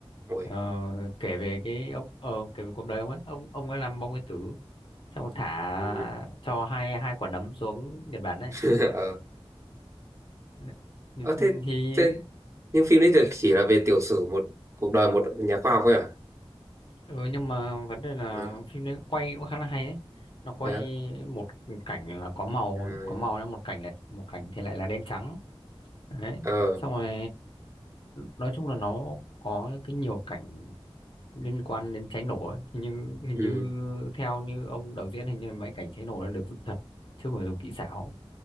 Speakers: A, on the right; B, on the left.
A: ôi
B: Ờ, kể về cái ông ờ, kể về cuộc đời ông ấy ông ông ấy làm bom nguyên tử xong rồi thả
A: ừ.
B: cho hai hai quả nấm xuống Nhật Bản này
A: <laughs> ờ
B: Đấy. thì,
A: Ờ, thế,
B: thì
A: thế nhưng phim đấy thì chỉ là về tiểu sử một cuộc đời một nhà khoa học thôi à
B: ừ, nhưng mà vấn đề là
A: ừ.
B: phim đấy quay cũng khá là hay ấy nó quay
A: thế à?
B: một cảnh là có màu
A: Ừ.
B: có màu là một cảnh là một cảnh thì lại là đen trắng đấy
A: ờ
B: xong rồi nói chung là nó có cái nhiều cảnh liên quan đến cháy nổ ấy. Hình như hình
A: ừ
B: như theo như ông đạo diễn hình như mấy cảnh cháy nổ nó được dựng thật chứ không phải dùng kỹ xảo